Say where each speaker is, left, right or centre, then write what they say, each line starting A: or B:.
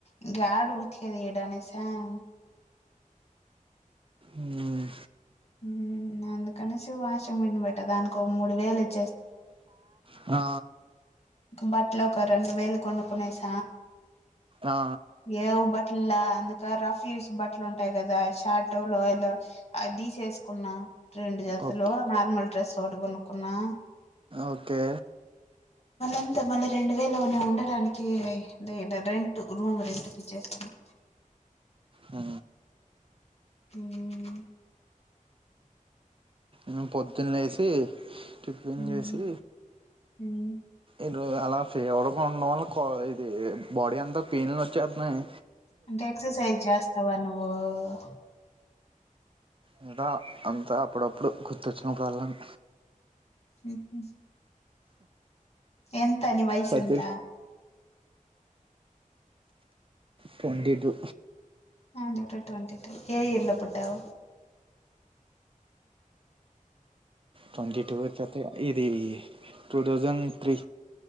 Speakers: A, on the left; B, on the right.
A: ఇంగా యాడ్ ఉతికేది ఇడనేసి ఏడానేస
B: మ్మ్
A: మ్మ్ అందుకనేసి వాషింగ్ మీన్ బెట్ట దానికి ఒక మూడు వేలు ఇచ్
B: ఆ
A: బట్టలో ఒక రెండు వేలు కొనుక్ నేస
B: ఆ
A: ఏఊబట్ లే అందు రఫ్యూస్ బట్టలు ఉంటాయి కదా షార్ట్ టో లో ఇలా అది తీసేసుకున్న రెండు జతులు
B: ఓకే
A: నార్మల్ డ్రెస్ ఒకటి కొనుకున్నా
B: ఓకే
A: ఇంత మలి రెండు వేలునే ఉండడానికి రెంట్ రూమ్ రెంటిక్చేస్తాన్నం
B: ఆ
A: మ్మ్
B: మ్మ్ పొద్దున్నే స్ కి టిఫిన్
A: మ్మ్
B: చేసి
A: మ్మ్
B: ఎల్ అలా ఫేవర్గా ఉండడం వల్ల ఇది బాడీ అంత పెయిన్లు వచ్చేత్తున్నాయి
A: అంటే ఎక్సర్సైజ్ చేస్తావా నువ్వు ఆ
B: లేదా అంతా అప్పుడప్పుడు గుర్తొచ్చినప్పుడల్లన్
A: మ్మ్ హు ఎంత ని వయసెంత
B: ప్రతి తొంటి టూ
A: నాది గూడ తొంటి టూ ఏ ఇయర్ లో పుట్టావ్
B: తొంటి టూ వచ్చాకే ఇది టూ థౌజన్ త్రీ